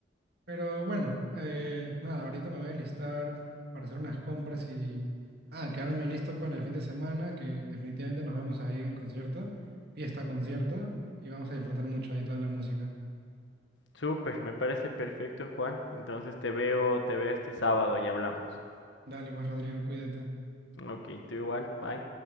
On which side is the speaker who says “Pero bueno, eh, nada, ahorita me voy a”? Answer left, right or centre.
Right